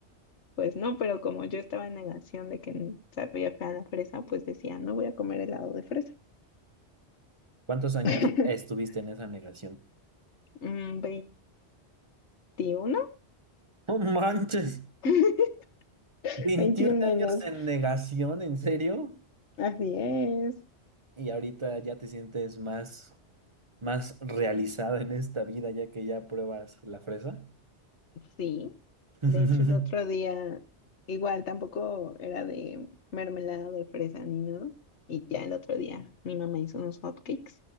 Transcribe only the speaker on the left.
Pues no, pero como yo estaba en negación de que sabía fea la fresa, pues decía, no voy a comer helado de fresa.
<laughs>
Mm, veintiuno
<laughs>
21 años.
Así es.
Sí,
de hecho el otro día igual tampoco era de mermelada de fresa ni nada. Y ya el otro día mi mamá hizo unos hotcakes